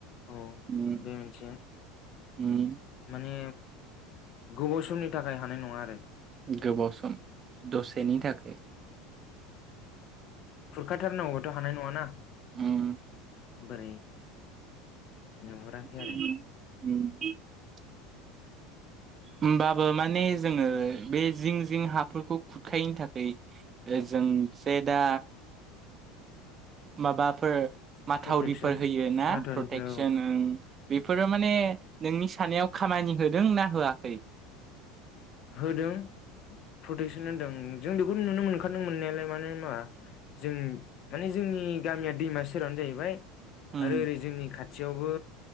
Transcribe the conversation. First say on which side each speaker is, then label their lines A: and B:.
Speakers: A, on the left; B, on the right.
A: औ
B: उम
A: बे मोनसे
B: उम
A: माने गोबाव समनि थाखाय हानाय नङा आरो।
B: गोबाव सम दसेनि थाखाय
A: खुरखाथारनांगौआथ' हानाय नङाना?
B: उम
A: बोरै नुहुराखै
B: <inaudible>
A: आरो
B: होमबाबो माने जोङो बे जिं जिं हाफोरखौ खुरखायैनो थाखाय जोंसे दा माबाफोर माथावरिफोर
A: प्रटेकसन
B: होयो ना
A: माथावरिफोराव
B: प्रटेकसन ओ बेफोरो माने नोंनि साननायाव खामानि होदों ना होआखै?
A: होदों प्रटेकसन होदों जों बेखौ नुनो मोनखादों मोननायालाय मानो होनबा जों माने जोंनि गामिया दैमा सेरावनो जाहैबाय
B: उम
A: आरो ओरै जोंनि खा थियावबो